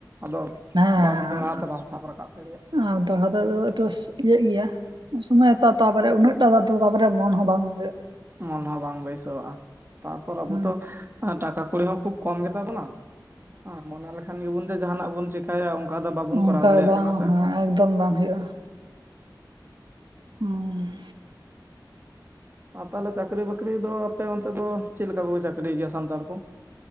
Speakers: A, on the right (about 30°); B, on the right (about 80°).
A: ᱟᱫᱚ
B: ᱦᱮᱸ ᱦᱮᱸ
A: ᱵᱟᱢ ᱫᱚᱲᱦᱟ ᱛᱮ ᱵᱟᱢ ᱥᱟᱵ ᱨᱟᱠᱟᱵ ᱫᱟᱲᱮᱭᱟᱜ-ᱟ
B: ᱟᱨ ᱫᱚᱦᱲᱟ ᱛᱮᱫᱚ ᱮᱠᱴᱩ ᱤᱭᱟᱹᱜ ᱜᱮᱭᱟ ᱩᱱᱥᱢᱚᱭ ᱦᱟᱛᱟᱣ ᱛᱟᱯᱚᱨᱮ ᱩᱱᱟᱹᱜ ᱴᱟ ᱫᱚ ᱛᱟᱯᱚᱨᱮ ᱢᱚᱱ ᱦᱚᱸ ᱵᱟᱝ ᱦᱳᱭᱩᱜ-ᱟ
A: ᱢᱚᱱ ᱦᱚᱸ ᱵᱟᱝ ᱵᱟᱹᱭᱥᱟᱹᱣᱟᱜᱼᱟ ᱛᱟᱯᱚᱨ ᱟᱵᱩ
B: ᱦᱮᱸ
A: ᱛᱚ ᱴᱟᱠᱟ ᱠᱩᱲᱤ ᱦᱚᱸ ᱠᱷᱩᱵ ᱠᱚᱢ ᱜᱮᱛᱟ ᱵᱚᱱᱟ, ᱦᱮᱸ ᱢᱚᱱᱮ ᱞᱮᱠᱷᱟᱱ ᱜᱮᱵᱚᱱ ᱡᱮ ᱡᱟᱦᱟᱱᱟᱜ ᱵᱚᱱ ᱪᱮᱠᱟᱭᱟ ᱚᱱᱠᱟ ᱫᱚ ᱵᱟᱵᱚᱱ
B: ᱚᱱᱠᱟ
A: ᱠᱚᱨᱟᱣ ᱫᱟᱲᱮᱭᱟᱜ
B: ᱵᱟᱝ
A: ᱠᱟᱱᱟ ᱥᱮ,
B: ᱦᱮᱸ ᱮᱠᱫᱚᱢ ᱵᱟᱝ ᱦᱩᱭᱩᱜᱼᱟ, ᱦᱩᱸ᱾
A: ᱟᱨ ᱛᱟᱦᱚᱞᱮ ᱪᱟᱹᱠᱨᱤ ᱵᱟᱹᱠᱨᱤ ᱫᱚ ᱟᱯᱮ ᱚᱱᱛᱮ ᱫᱚ ᱪᱮᱫ ᱞᱮᱠᱟ ᱠᱚᱯᱮ ᱪᱟᱹᱠᱨᱤᱭ ᱜᱮᱭᱟ ᱥᱟᱱᱛᱟᱲ ᱠᱚ,